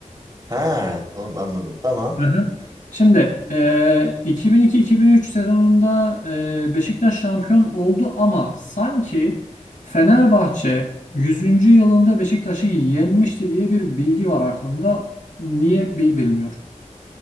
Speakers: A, on the right (about 30°); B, on the left (about 85°).
A: Ha, onu anladım. Tamam.
B: Hı hı. Şimdi e, 2002-2003 sezonunda e, Beşiktaş şampiyon oldu ama sanki Fenerbahçe 100. yılında Beşiktaş'ı yenmişti diye bir bilgi var aklımda. Niye bi- bilmiyor.